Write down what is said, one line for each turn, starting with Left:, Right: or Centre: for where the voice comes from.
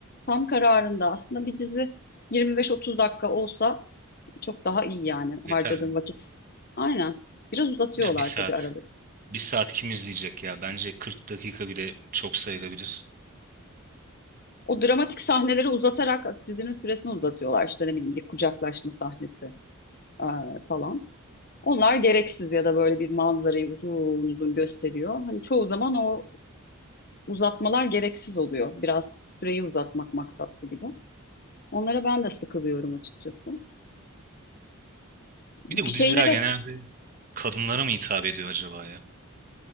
Left: tam kararında. Aslında bir dizi 25-30 dakika olsa çok daha iyi yani
Right: yeter.
Left: harcadığın vakit. Aynen. Biraz uzatıyorlar
Right: Ya bir saat.
Left: tabii aralık.
Right: Bir saat kim izleyecek ya? Bence 40 dakika bile çok sayılabilir.
Left: O dramatik sahneleri uzatarak dizinin süresini uzatıyorlar. İşte ne bileyim bir kucaklaşma sahnesi eee, falan. Onlar gereksiz ya da böyle bir manzarayı uzun uzun gösteriyor. Hani çoğu zaman o uzatmalar gereksiz oluyor. Biraz süreyi uzatmak maksatlı gibi. Onlara ben de sıkılıyorum açıkçası. Bir
Right: Bir de bu
Left: şeylere
Right: diziler genelde kadınlara mı hitap ediyor acaba ya?